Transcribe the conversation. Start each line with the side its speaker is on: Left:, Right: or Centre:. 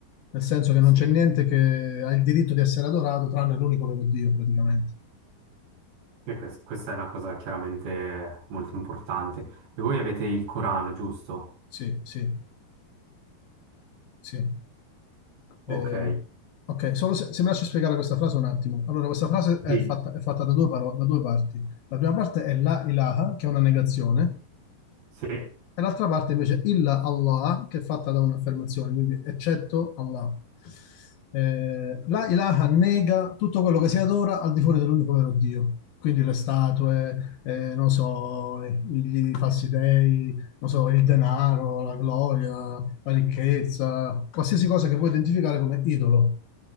Left: Nel senso che
Right: Sì.
Left: non c'è niente che ha il diritto di essere adorato tranne l'unico vero Dio, praticamente.
Right: E quest- questa è una cosa chiaramente molto importante. E voi avete il Corano, giusto?
Left: Sì, sì. Sì. Eh,
Right: Ok.
Left: ok, solo se, se mi lasci spiegare questa frase un attimo. Allora, questa frase è
Right: Sì.
Left: fatta, è fatta da due, paro- da due parti. La prima parte è la ilaha, che è una negazione,
Right: Sì.
Left: e l'altra parte invece illa Allah, che è fatta da un'affermazione, quindi eccetto Allah. Eh, la ilaha nega tutto quello che si adora al di fuori dell'unico vero Dio. Quindi le statue, eh, non so, i, i falsi dei, non so, il denaro, la gloria, la ricchezza, qualsiasi cosa che puoi identificare come idolo.